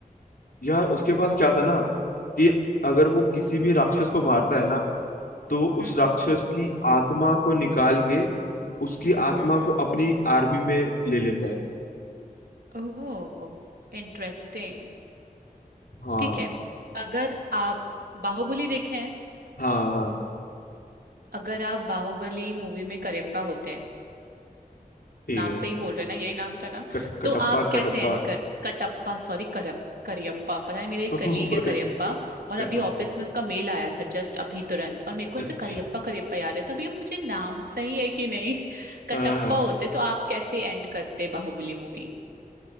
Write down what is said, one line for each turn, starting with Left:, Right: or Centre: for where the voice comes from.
Left: यार उसके पास क्या था ना कि अगर वो किसी भी राक्षस को मारता है ना तो उस
Right: हम्म
Left: राक्षस
Right: हम्म
Left: की आत्मा को निकाल के उसकी आत्मा
Right: हम्म
Left: को अपनी आर्मी में ले लेता है
Right: हम्म ओह इंटरेस्टिंग
Left: हाँ
Right: ठीक है अगर आप बाहुबली देखे हैं
Left: हाँ हाँ
Right: अगर आप बाहुबली मूवी में करियप्पा होते हैं
Left: ठीक
Right: नाम
Left: है
Right: सही बोल रहे हैं ना यही नाम था ना
Left: कट कटप्पा
Right: तो आप कैसे
Left: कटप्पा
Right: एंड कर कटप्पा सॉरी करप करियप्पा पता नहीं मेरा एक
Left: <laughs>
Right: कलीग
Left: वही,
Right: है करियप्पा और
Left: कटप्पा
Right: अभी ऑफिस में उसका मेल आया था जस्ट अभी तुरंत और मेरे को
Left: अच्छा
Right: ऐसे करियप्पा करियप्पा याद है तभी हम मुझे नाम सही है कि नहीं <laughs> कटप्पा
Left: हाँ हाँ।
Right: होते तो आप कैसे एंड करते बाहुबली मूवी